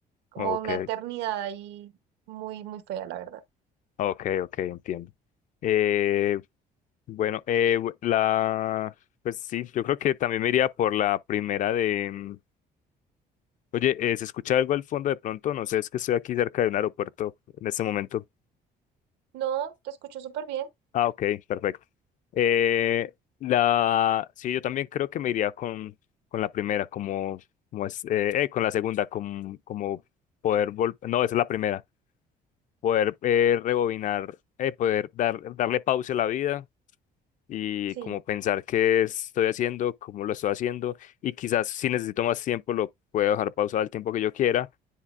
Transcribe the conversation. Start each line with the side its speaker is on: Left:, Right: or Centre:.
Right: como
Left: ok.
Right: una eternidad ahí muy, muy fea, la verdad.
Left: Ok, ok, entiendo. Eh, bueno, eh, bu- la, pues sí, yo creo que también me iría por la primera de... mm, Oye, eh, ¿se escucha algo al fondo de pronto? No sé, es que estoy aquí cerca de un aeropuerto en este momento.
Right: No, te escucho súper bien.
Left: Ah, ok, perfecto. Eh, la, sí, yo también creo que me iría con, con la primera, como, como es, eh, eh, con la segunda, como, como poder vol- no, esa es la primera, poder eh, rebobinar, eh, poder dar, darle pausa a la vida y
Right: Sí,
Left: como pensar qué estoy haciendo, cómo lo estoy haciendo y quizás si necesito más tiempo lo puedo dejar pausado el tiempo que yo quiera